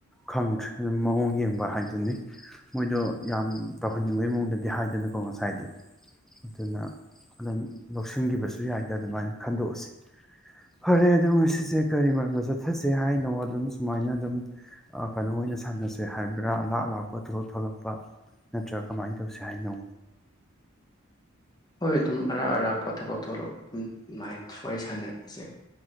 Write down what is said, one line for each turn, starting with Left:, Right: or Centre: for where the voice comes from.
Centre: ꯈꯪꯗ꯭ꯔꯦ ꯑꯗꯨꯝ ꯃꯑꯣꯡ ꯌꯦꯡꯕ ꯍꯥꯏꯗꯨꯅꯤ ꯃꯣꯏꯗꯣ ꯌꯥꯝ ꯇꯧꯍꯟꯅꯤꯡꯕꯩ ꯃꯑꯣꯡꯗꯗꯤ ꯍꯥꯏꯗꯅꯀꯣ ꯉꯁꯥꯏꯗꯤ ꯑꯗꯨꯅ ꯑꯗꯨꯝ ꯂꯧꯁꯤꯟꯈꯤꯕꯁꯨ ꯌꯥꯏꯗ ꯑꯗꯨꯃꯥꯏꯅ ꯈꯟꯗꯣꯛꯑꯁꯤ ꯐꯔꯦ ꯑꯗꯨ ꯉꯁꯤꯁꯦ ꯀꯔꯤ ꯃꯔꯝꯗ ꯆꯠꯊꯁꯦ ꯍꯥꯏꯅꯣ ꯑꯗꯨꯝ ꯁꯨꯃꯥꯏꯅ ꯑꯗꯨꯝ ꯀꯩꯅꯣ ꯑꯣꯏꯅ ꯁꯥꯟꯅꯁꯦ ꯍꯥꯏꯕ꯭ꯔꯥ ꯑꯂꯥꯛ ꯑꯂꯥꯛꯄ ꯊꯣꯛꯂꯛ ꯊꯣꯂꯛꯄ ꯅꯠꯇ꯭ꯔꯥ ꯀꯃꯥꯏꯅ ꯇꯧꯁꯤ ꯍꯥꯏꯅꯣ
Left: ꯍꯣꯏ ꯑꯗꯨꯝ ꯑꯔꯥꯞ ꯑꯔꯥꯞꯄ ꯊꯕꯛ ꯊꯣꯛꯂꯛꯒ ꯑꯗꯨꯝ ꯑꯗꯨꯃꯥꯏꯅ ꯋꯥꯔꯤ ꯁꯥꯟꯅꯔꯛꯁꯦ